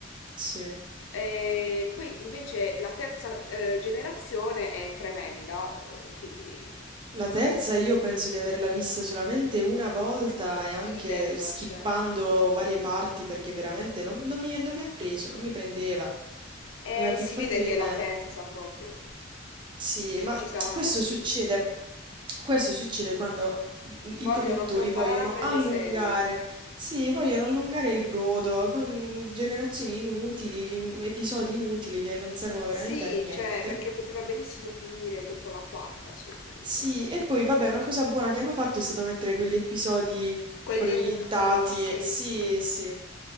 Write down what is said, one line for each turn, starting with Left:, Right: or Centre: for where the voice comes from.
Right: Sì.
Left: E poi invece la terza eh, generazione è tremenda, eh, quindi
Right: La terza io penso di averla vista solamente una volta
Left: eh,
Right: e anche
Left: idem,
Right: skippando
Left: cioè,
Right: varie parti perché veramente non, non mi, non mi ha preso, non mi prendeva.
Left: E
Right: Era più
Left: si
Right: forte
Left: vede
Right: di
Left: che
Right: me.
Left: è la terza proprio,
Right: Sì,
Left: ci,
Right: ma
Left: ci sarà un
Right: questo
Left: motivo.
Right: succede, questo succede quando mhmm, i
Left: Vogliono
Right: produttori
Left: protrarre
Right: vogliono allungare,
Left: le serie.
Right: sì, vogliono allungare il brodo con generazioni inutili, che- mhmm, episodi inutili che non servono
Left: Sì,
Right: veramente a niente.
Left: cioè, perché poteva benissimo finire dopo la quarta a sto punto,
Right: Sì,
Left: cioè.
Right: e poi vabbè, una cosa buona che hanno fatto è stato mettere quegli episodi
Left: Quelli
Right: proiettati,
Left: ultimi, sì,
Right: sì,
Left: sì.
Right: sì.